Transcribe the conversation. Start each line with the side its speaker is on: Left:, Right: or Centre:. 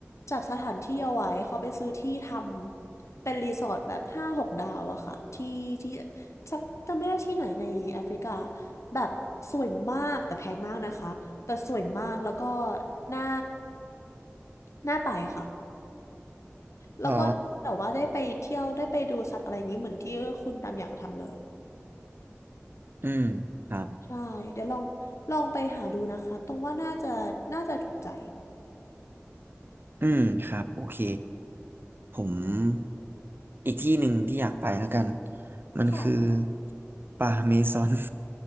Left: จัดสถานที่เอาไว้เขาไปซื้อที่ทำเป็นรีสอร์ทแบบห้าหกดาวอะค่ะที่ที่สักจำไม่ได้ที่ไหนในแอฟริกาแบบสวยมากแต่แพงมากนะคะแต่สวยมากแล้วก็น่าน่าไปค่ะแล้วก็แต่ว่าได้ไปเที่ยวได้ไปดูสัตว์อะไรอย่างนี้เหมือนที่คุณดำอยากทำเลย
Right: หรอ อืมครับ
Left: ใช่เดี๋ยวลองลองไปหาดูนะคะตรงว่าน่าจะน่าจะถูกใจ
Right: อืมครับ โอเค ผมอีกที่หนึ่งที่อยากไปแล้วกันมันคือ
Left: ค่ะ
Right: ป่าเมซอน <laughs>